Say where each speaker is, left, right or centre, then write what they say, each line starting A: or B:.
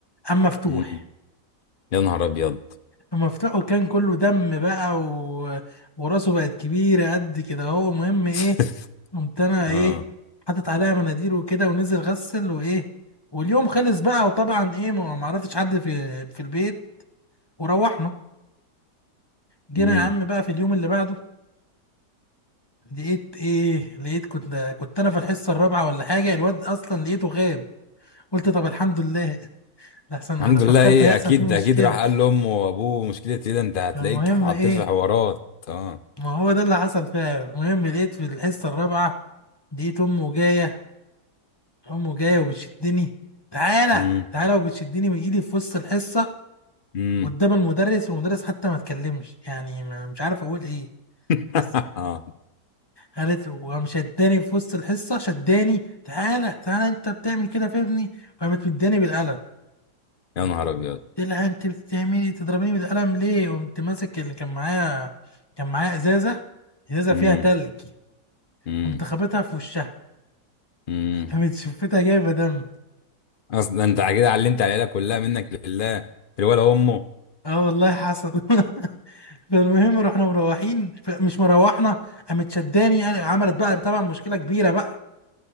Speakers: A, on the left (about 15°); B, on the left (about 85°).
A: قام مفتوح
B: أمم. يا نهار ابيض
A: مفتوحه كان كله دم بقى و... وراسه بقت كبيرة قد كده هو مهم ايه
B: <laughs>
A: قمت انا ايه
B: اه
A: حاطط عليها مناديل وكده ونزل غسل وايه واليوم خلص بقى وطبعا ايه ما ما عرفتش حد في في البيت وروحنا جينا
B: امم
A: يا عم بقى في اليوم اللي بعده لقيت ايه لقيت كنت كنت انا في الحصة الرابعة ولا حاجة الواد اصلا لقيته غاب قلت طب الحمد لله <laughs> لحسن
B: الحمد
A: انا فكرت
B: لله ايه
A: هيحصل
B: اكيد
A: فيه مشكلة
B: اكيد راح قال لامه وابوه مشكله ايه ده انت هتلاقيك
A: المهم
B: اتحطيت
A: ايه
B: في حوارات اه
A: ما هو ده اللي حصل فعلا المهم لقيت في الحصة الرابعة لقيت أمه جاية أمه جاية وبتشدني تعالى
B: امم
A: تعالى وبتشدني من إيدي في وسط الحصة
B: امم
A: قدام المدرس والمدرس حتى ما اتكلمش يعني ما- مش عارف أقول إيه
B: <laughs>
A: بس
B: اه
A: قالت وقام شداني في وسط الحصة شداني تعالى تعالى أنت بتعمل كده في ابني وقامت مداني بالقلم
B: يا نهار ابيض
A: قلت لها أنت بتعملي تضربيني بالقلم ليه قمت ماسك اللي كان معايا كان معايا إزازة إزازة
B: امم
A: فيها تلج
B: امم
A: قمت خابطها في وشها
B: امم
A: قامت شفتها جايبه دم
B: اصلا انت كده علمت العيله كلها منك لله الولا امه
A: اه والله حصل <laughs> فالمهم رحنا مروحين ف- مش مروحنا قامت شداني قال- عملت بقى طبعا مشكله كبيره بقى